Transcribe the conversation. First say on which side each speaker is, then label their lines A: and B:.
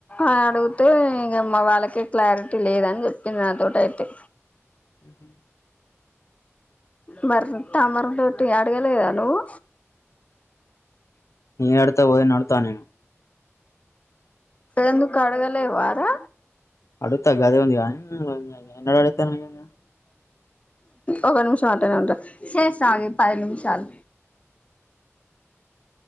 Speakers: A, on the left (about 25°); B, on the left (about 75°).
A: అ అడుగుతే ఇగా మా వాళ్ళకే క్లారిటీ లేదని చెప్పింది నాతోటైతే
B: ఉ హుమ్
A: మర త మరి ఉందేంటి అడుగలేదా నువ్వు
B: నతపోదే నదతా నేను
A: ఎందుకడగలే వారు
B: అడుగుతా గదే ఉంది కానీ ఎన్ ఎన్ ఎన్నడ అడుగుతాను నిన్ను నేను
A: ఒక నిమిషం అట ఇటు శేషగే పది నిమిషాలు